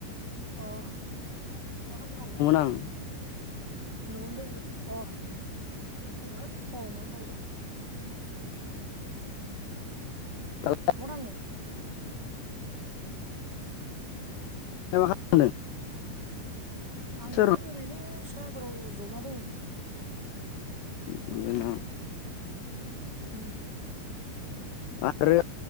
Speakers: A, on the right (about 20°); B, on the left (about 75°).
A: अह। न'आवनो दोङोलै
B: आं
A: अह न'आव दोङो अह न'आवनो थायो दं।
B: दालाय
A: म थांनो? अह।
B: दा मा खालामदों?
A: आं
B: सोर
A: दोङो ओरैनो साफोराव जना दोङो।
B: नोंगो नामा?
A: उम
B: आरो